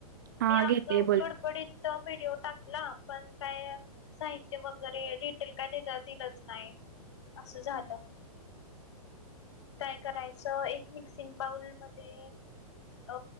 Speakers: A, on the right; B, on the left.
A: हा
B: मी अग
A: घेते बोल
B: गड बडीत त व्हिडिओ टाकला पण काय साहित्य वगैरे डिटेल काय दिलंच नाही असं झालं. काय करायचं एक मिक्सिंग बाऊल मध्ये अ